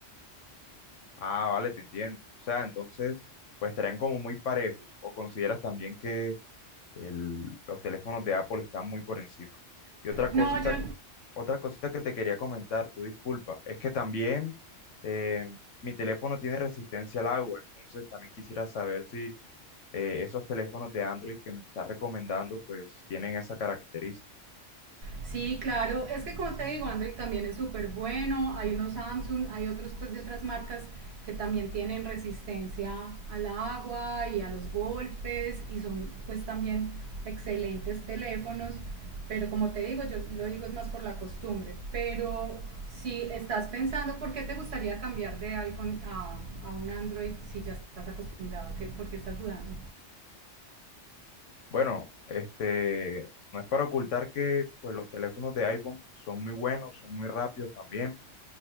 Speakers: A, on the left; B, on the right.
A: Ah, vale, te entiendo. O sea, entonces, pues estarían como muy parejos. ¿O consideras también que el- los teléfonos de Apple están muy por encima? Y otra cosita,
B: No, yo
A: otra cosita que te quería comentar, tu disculpa, es que también eh, mi teléfono tiene resistencia al agua. Entonces, también quisiera saber si eh, esos teléfonos de Android que me estás recomendando, pues tienen esa característica.
B: Sí, claro, es que como te digo, Android también es súper bueno, hay unos Samsung, hay otros pues de otras marcas que también tienen resistencia al agua y a los golpes y son pues también excelentes teléfonos, pero como te digo, yo lo digo es más por la costumbre, pero si estás pensando por qué te gustaría cambiar de iPhone a, a un Android si ya estás acostumbrado, ¿qué- ¿por qué estás dudando?
A: Bueno, este, no es para ocultar que pues los teléfonos de iPhone son muy buenos, son muy rápidos también